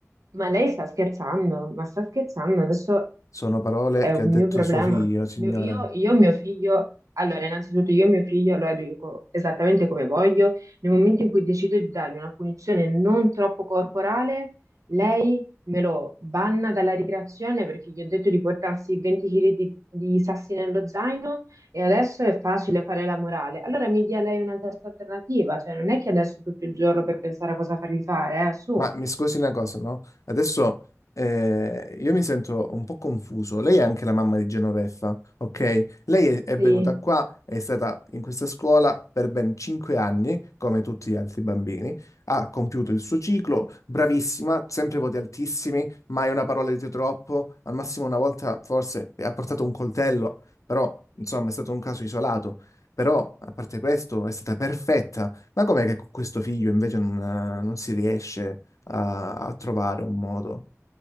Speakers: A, on the right; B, on the left.
A: Ma lei sta scherzando, ma sta scherzando. Adesso
B: Sono parole
A: è
B: che
A: un
B: ha detto
A: mio problema.
B: suo figlio, signora.
A: Mio- Io, io, mio figlio, allora, innanzitutto io mio figlio lo educo esattamente come voglio. Nel momento in cui decido di dargli una punizione non troppo corporale, lei me lo banna dalla ricreazione perché gli ho detto di portarsi 20 kg di, di sassi nello zaino e adesso è facile fare la morale. Allora mi dia lei una testa alternativa, cioè non è che adesso tutto il giorno per pensare a cosa fargli fare, eh, su.
B: Ma mi scusi una cosa, no? Adesso eh, io mi sento un po' confuso. Lei è anche la mamma di Genoveffa, ok? Lei è, è
A: Sì.
B: venuta qua, è stata in questa scuola per ben cinque anni, come tutti gli altri bambini. Ha compiuto il suo ciclo, bravissima, sempre voti altissimi, mai una parola di troppo. Al massimo una volta forse ha portato un coltello, però insomma è stato un caso isolato. Però, a parte questo, è stata perfetta. Ma com'è che con questo figlio invece non, eh, non si riesce? a, a trovare un modo.